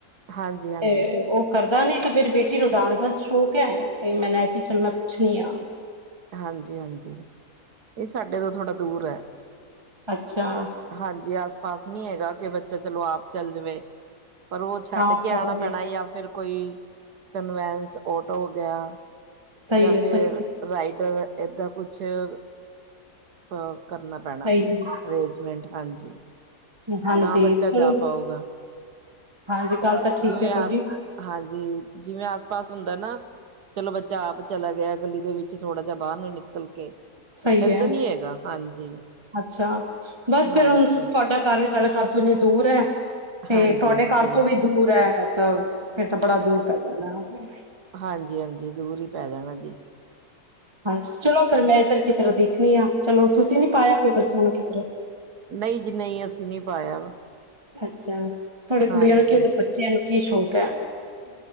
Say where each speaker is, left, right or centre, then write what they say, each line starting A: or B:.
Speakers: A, on the right; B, on the right.
A: ਹਾਂਜੀ ਹਾਂਜੀ
B: ਤੇ ਉਹ ਕਰਦਾ ਨੀ ਤੇ ਮੇਰੀ ਬੇਟੀ ਨੂੰ ਡਾਂਸ ਦਾ ਸ਼ੌਕ ਐ। ਤੇ ਮੈਂ ਐ ਸੀ ਚੱਲ ਮੈਂ ਪੁੱਛਣੀ ਆ।
A: ਹਾਂਜੀ-ਹਾਂਜੀ ਨਈ ਸਾਡੇ ਤੋਂ ਥੋੜ੍ਹਾ ਦੂਰ ਐ।
B: ਅੱਛਾ।
A: ਹਾਂਜੀ ਆਸ ਪਾਸ ਨੀ ਹੈਗਾ ਕਿ ਬੱਚਾ ਚਲੋ ਆਪ ਚੱਲ ਜਾਵੇ। ਪਰ ਉਹ ਛੱਡ
B: ਹਾਂ
A: ਕੇ
B: ਤਾਂ
A: ਆਣਾ ਪੈਣਾ
B: ਹੈ
A: ਯਾ ਫਿਰ ਕੋਈ ਕਨਵੈਂਸ ਓਟੋ ਹੋ ਗਿਆ
B: ਸਹੀ
A: ਯਾ
B: ਹੈ
A: ਫਿਰ
B: ਸਹੀ ਹੈ,
A: ਰਾਈਡਰ ਏਦਾਂ ਕੁਛ ਅ ਕਰਨਾ ਪੈਣਾ
B: ਸਹੀ ਹੈ
A: ਅਰੇਜਮੈਂਟ ਹਾਂਜੀ।
B: ਹਾਂਜੀ
A: ਤਾਂ ਬੱਚਾ
B: ਚਲੋ
A: ਜਾ ਪਾਊਗਾ,
B: ਹਾਂਜੀ ਗੱਲ ਤਾਂ ਠੀਕ
A: ਜਿਵੇਂ
B: ਹੈ ਤੁਹਾਡੀ
A: ਆਸ ਹਾਂਜੀ ਜਿਵੇਂ ਆਸ ਪਾਸ ਹੁੰਦਾ ਨਾ ਚਲੋ ਬੱਚਾ ਆਪ ਚਲਾ ਗਿਆ ਗਲੀ ਦੇ ਵਿੱਚ ਥੋੜ੍ਹਾ ਜਿਹਾ ਬਾਰ ਨੂੰ ਹੀ ਨਿਕਲ ਕੇ।
B: ਸਹੀ
A: ਏਦਾਂ
B: ਐ,
A: ਨੀ ਹੈਗਾ ਹਾਂਜੀ
B: ਅੱਛਾ ਬਸ
A: ਹਾਂਜੀ
B: ਫੇਰ ਹੁਣ ਤੁਹਾਡਾ ਘਰ ਵੀ ਸਾਡੇ ਘਰ ਤੋਂ ਇੰਨੀ ਦੂਰ ਐ, ਤੇ
A: ਹਾਂਜੀ
B: ਤੁਹਾਡੇ
A: ਹਾਂਜੀ
B: ਘਰ ਤੋਂ ਵੀ ਦੂਰ ਐ ਤਾਂ ਫੇਰ ਤਾਂ ਬੜਾ ਦੂਰ ਪੈ ਜਾਣਾ <unintelligible>
A: ਹਾਂਜੀ-ਹਾਂਜੀ ਦੂਰ ਹੀ ਪੈ ਜਾਣਾ ਜੀ।
B: ਹਾਂਜੀ ਚਲੋ ਫਿਰ ਮੈਂ ਇੱਧਰ ਕਿਧਰੇ ਦੇਖਣੀ ਆ ਚਲੋ ਤੁਸੀਂ ਨੀ ਪਾਇਆ ਫਿਰ ਬੱਚਿਆ ਨੂੰ ਕਿਧਰੇ।
A: ਨਈ ਜੀ ਨਈ ਅਸੀਂ ਨੀ ਪਾਇਆ।
B: ਅੱਛਾ ਤੁਹਾਡੇ ਕੁੜੀਆਂ
A: ਹਾਂਜੀ
B: ਨੂੰ ਕੀ ਬੱਚਿਆਂ ਨੂੰ ਕੀ ਸ਼ੌਕ ਹੈ?